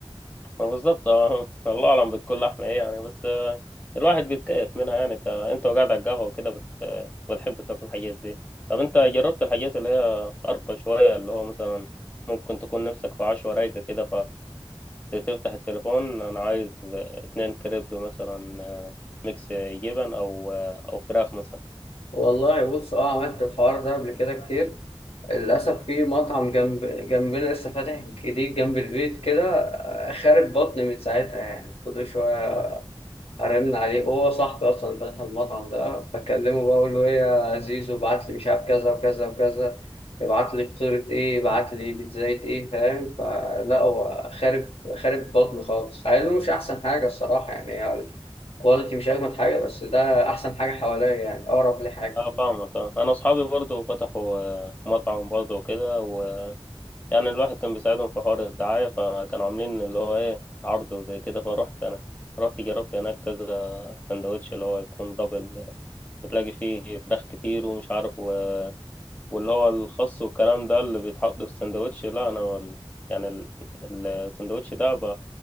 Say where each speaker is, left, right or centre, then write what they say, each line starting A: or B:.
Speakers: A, on the left (about 15°); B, on the left (about 85°).
A: ما بالظبط آه، <laughs> الله اعلم بتكون لحمه ايه يعني بس آه، الواحد بيتكيف منها يعني ك... انت وقاعد على القهوه وكده بت... بتحب تاكل الحاجات دي طب انت جربت الحاجات اللي هي ارقى شويه اللي هو مثلا ممكن تكون نفسك في عشوة رايقه كده تفتح التليفون أنا عايز اتنين كريب مثلا آه، ميكس جبن أو آه، أو فراخ مثلا
B: والله بص أه عملت الحوار ده قبل كده كتير للأسف في مطعم جنب جنبنا لسه فاتح جديد جنب البيت كده آه، خارب بطني من ساعتها يعني كل شوية ارن عليه وهو صاحبي اصلا اللي فتح المطعم ده بكلمه بقى اقول له ايه يا زيزو ابعت لي مش عارف كذا وكذا وكذا ابعت لي فطيرة ايه ابعت لي بيتزاية ايه فاهم فلا هو خارب خارب بطني خالص قال له مش احسن حاجة الصراحة يعني هو الكواليتي مش اجمد حاجة بس ده احسن حاجة حواليا يعني اقرب لي حاجة
A: اه فاهمك اه انا اصحابي برضو فتحوا آه، مطعم برضو وكده ويعني الواحد كان بيساعدهم في حوار الدعاية فكانوا عاملين اللي هو ايه عرض وزي كده فروحت انا رحت جربت هناك كذا سندوتش اللي هو يكون دبل بتلاقي فيه فراخ كتير ومش عارف و- واللي هو الخس والكلام ده اللي بيتحط في السندوتش لا انا وال- يعني ال- السندوتش ده